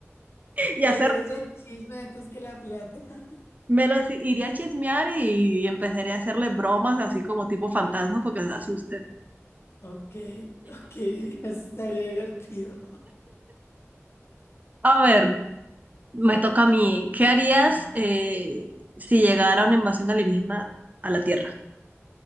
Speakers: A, on the right (about 35°); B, on the left (about 55°).
A: <laughs> y
B: Prefieres
A: hacer
B: el chisme antes que la plata. <laughs>
A: Me los i- iría a chismear y empezaría a hacerle bromas así como tipo fantasma porque se asusten.
B: Ok, ok, eso estaría divertido.
A: A ver, me toca a mí. ¿Qué harías
B: Ajá.
A: eh, si llegara una invasión alienígena a la Tierra?